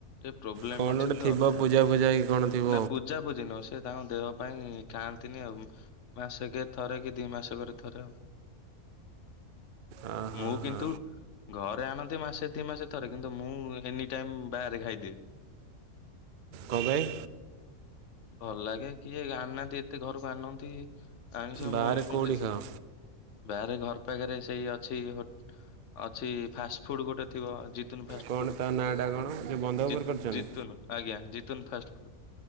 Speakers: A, on the left; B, on the right.
A: ଟେ ପ୍ରୋବ୍ଲେମ
B: କଣ
A: ଅଛି
B: ଗୋଟେ ଥିବ
A: ତ
B: ପୂଜା ଫୂଜା କି କଣ ଥିବ
A: ନା ପୂ ପୂଜା ପୂଜି ନୁହଁ ସେ ତାଙ୍କ ଦେହ ପାଇଁ ଖାଆନ୍ତିନି ଆଉ। ମାସେକେ ଥରେ କି ଦିଇ ମାସକରେ ଥରେ ଆଉ।
B: ଆ ହଁ
A: ମୁଁ
B: ହଁ
A: କିନ୍ତୁ। ଘରେ ଆଣନ୍ତି ମାସେ ଦି ମାସେ ଥରେ କିନ୍ତୁ ମୁଁ ଏନି ଟାଇମ୍ ବାହାରେ ଖାଇଦିଏ।
B: କଁ ପାଇଁ?
A: ଭଲ ଲାଗେ କିଏ ଆଣୁ ନାହାନ୍ତି ଏତେ ଘରକୁ ଆନନ୍ତି। ଆମିଷ
B: ବାହାରେ
A: ମୁଁ ମୁ
B: କୋଉଠି
A: ଯେ
B: ଖାଅ?
A: ବାହାରେ ଘର ପାଖରେ ସେଇ ଅଛି ହୋ ଅଛି ଫାଷ୍ଟ ଫୁଡ ଗୋଟେ ଥିବ ଜି ତୁନୁ ଫାଷ୍ଟ
B: କଣ
A: ଫୂଡ଼
B: ତା ନାଁଟା କଣ ଯେଉଁ ବନ୍ଧ ଉପରେ
A: ଜି
B: କରିଛନ୍ତି
A: ଜିତୁନୁ ଆଜ୍ଞା ଜିତୁନ୍‌ ଫାଷ୍ଟ ଫୁଡ଼।